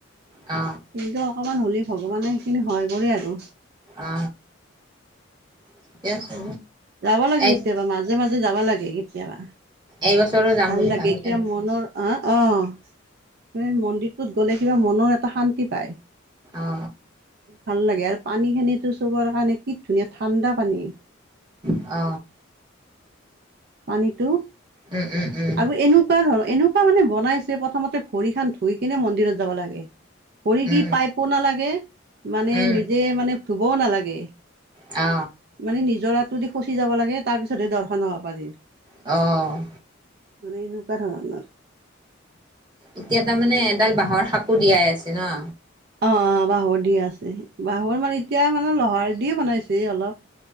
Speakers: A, on the right; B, on the right.
A: অ
B: কিন্তু অকণমান হ'লে, ভগৱানে সেইখিনি সহায় কৰে আৰু।
A: অ অ ঠিকে আছে
B: যাব লাগে
A: এই
B: কেতিয়াবা মাজে মাজে যাব লাগে কেতিয়াবা
A: এইবছৰো যাম
B: ভাল
A: বুলি
B: লাগে
A: ভাবিছা
B: এতিয়া
A: নেকি?
B: মনৰ অ অ মন্দিৰটোত এ গ'লে কিবা মনৰ কিবা শান্তি পায়।
A: অ
B: ভাল লাগে আৰু পানীখিনিতো চবৰ কাৰণে কি ধুনীয়া ঠাণ্ডা পানী।
A: অ
B: পানীতো
A: উম উম উম
B: আৰু এনেকোৱা ধৰ এনেকোৱা মানে বনাই ছে প্ৰথমতে ভৰি খন ধুই কিনে মন্দিৰত যাব লাগে। ভৰি কি
A: উম
B: পাইপো নালাগে মানে
A: উম
B: নিজে মানে ধুবও নালাগে।
A: অ
B: মানে নিজৰাতো দি খচি যাব লাগে তাৰ পিছতহে দৰ্শন হ'ব পাৰি।
A: অ
B: মানে এনেকোৱা ধৰণৰ।
A: এতিয়া তাৰমানে এডাল বাঁহৰ সাঁকো দিয়াই আছে ন।
B: অ অ বাঁহৰ দিয়া আছে। বাঁহৰ মানে এতিয়া মানে লহাৰ দিয়ে বনাইছে অলপ।